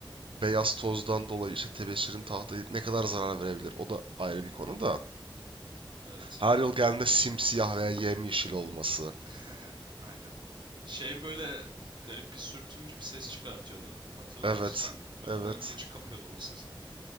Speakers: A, on the right; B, on the right.
A: beyaz tozdan dolayı işte tebeşirin tahtayı ne kadar zarar verebilir? O da ayrı bir konu da.
B: Evet.
A: Her yıl geldiğinde simsiyah veya yemyeşil olması.
B: <laughs> Aynen. Şey böyle garip bir sürtünce bir ses çıkartıyordu. Hatırlar
A: Evet.
B: mısın sen? Böyle
A: Evet.
B: ben gıcık kapıyordum o sesi.